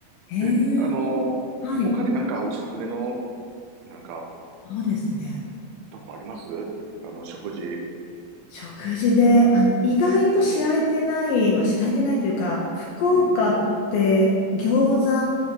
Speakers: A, on the left; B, on the right.
A: へ
B: え、あのー他になんかおすすめの、
A: え、はい。
B: なんか
A: そうですね。
B: とこありますあの、食事。
A: 食事で、あの、意外と知られてない、まあ、知られてないというか、福岡って餃
B: うん。